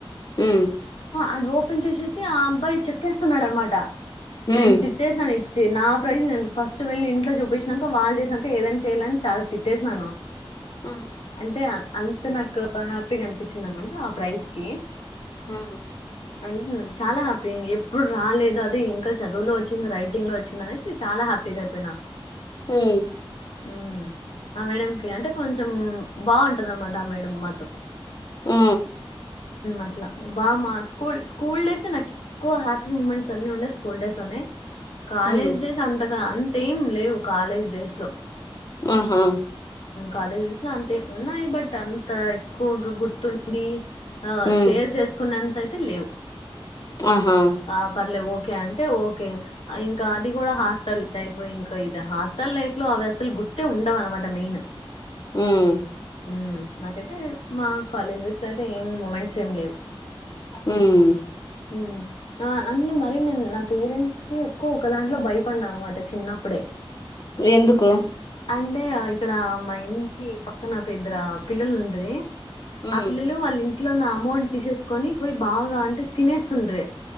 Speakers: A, on the left (about 40°); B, on the left (about 85°).
A: ఊ
B: అది ఓపెన్ చేసేసి ఆ అబ్బాయి చెక్కేస్తున్నాడు అనమాట
A: ఉమ్
B: నేను తిట్టేసినాను నా ప్రైజ నేను ఫస్ట్ వెళ్ళి ఇంట్లో చూపించినాక వాళ్ళు చేసినాక ఏదైనా చేయాలని చాలా తిట్టేసినాను.
A: ఊ
B: అంటే అం అంత నాకు హ్యాపీగా అనిపించింది అనమాట ఆ ప్రైజ్ కి
A: హహూ
B: అంట చాలా హ్యాపీ ఎప్పుడు రాలేదు అదే ఇంకా చదువులో వచ్చింది రైటింగ్ లో వచ్చింది అనేసి చాలా హ్యాపీ అయిపోయిన
A: ఉమ్
B: ఊ ఆ మేడకి అంటే కొంచెం బాగుంటది అన్నమాట ఆ మేడం మాతో
A: ఊ
B: అట్లా బామ్బ స్కూల్ స్కూల్ డేస్ నాకు ఎక్కువ హ్యాపీ మూమెంట్స్ అన్ని ఉండేయి స్కూల్ డేస్ లోనే కాలేజ్
A: ఉమ్
B: డేస్ అంతా ఇ అంతేం లేవు కాలేజ్ డేస్ లో
A: ఆహా
B: కాలేజెస్ లో అంతే ఏం ఉన్నాయి బట్ అంత ఎక్కువగా గుర్తుండి ఆ
A: హ్మ్.
B: షేర్ చేసుకున్నంత అయితే లేవు
A: ఆహా!
B: ఆ పర్లే ఓ ఓకే అంటే ఓకే ఇంకా అది కూడా హాస్టల్ లైఫ్ ఇంకా ఇది హాస్టల్ లైఫ్ లో అవి అసలు గుర్తే ఉండవు అనమాట క్రమేణ
A: హ్మ్.
B: హ నాకైతే మా కాలేజ్ డేస్ లో అయితే ఏం మూమెంట్స్ ఏమి లేవు
A: హుమ్
B: హ్మ్ ఆ అంటే మరి నేను నా పేరెంట్స్ కి ఎక్కువ ఒక దాంట్లో భయపడినా అనమాట చిన్నప్పుడే
A: ఎందుకు
B: అన్- అంటే ఆ ఇక్కడ మా ఇంటి పక్కనా ఇద్దరు పిల్లలు ఉంటది
A: హ్మ్.
B: ఆ పిల్లలు వాళ్ళ ఇ ఇంట్లోన్న అమౌంట్ తీసేసుకొని పోయి బాగా అంటే తినేస్తుండ్ర్రి